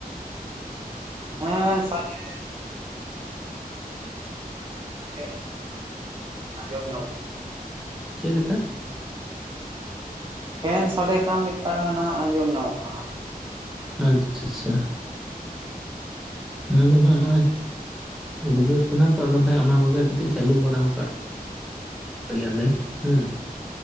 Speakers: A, on the right (about 35°); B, in the centre.
A: ᱦᱮᱸ ᱥᱟᱰᱮ <inaudible> ᱟᱸᱡᱚᱢ ᱧᱟᱢᱚᱜ
B: ᱪᱮᱫ ᱞᱮᱠᱟ?
A: ᱯᱷᱮᱱ ᱥᱟᱰᱮ ᱠᱟᱱ ᱞᱮᱠᱟ ᱱᱟᱦᱟᱸᱜ ᱟᱸᱡᱚᱢ ᱧᱟᱢᱚᱜ ᱠᱟᱱᱟ᱾
B: ᱟᱪᱪᱷᱟ ᱪᱷᱟ᱾ ᱟᱨᱢᱤᱫᱷᱟᱣ ᱱᱚᱸᱜᱼᱚᱭ ᱩᱫᱜᱟᱹᱨ ᱠᱟᱱᱟ ᱛᱚ ᱟᱫᱚ ᱦᱮᱸ ᱚᱱᱟ ᱠᱚᱜᱮ ᱠᱟᱹᱴᱤᱡ ᱪᱟᱹᱞᱩ ᱵᱟᱲᱟ ᱠᱟᱜ ᱜᱮᱭᱟᱞᱮ ᱦᱩᱸ,